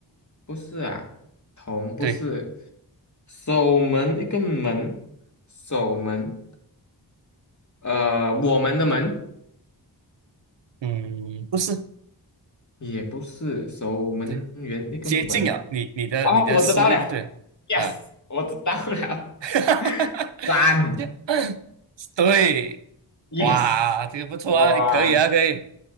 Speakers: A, on the left (about 40°); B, on the right (about 80°).
A: 不是啊，同不是，
B: 对，
A: 守门一个门，守门，呃，我们的门
B: 嗯，不是。
A: 也不是，守门员一个门，
B: 对，接近啊，你你的你的思路不对啊，
A: 哦，我知道了，yes，我知道了，
B: <laughs> 哈哈
A: 三
B: 这 <coughs> 对，
A: ，yes，
B: 哇，这个不错啊，
A: 哇
B: 你可以啊，可以，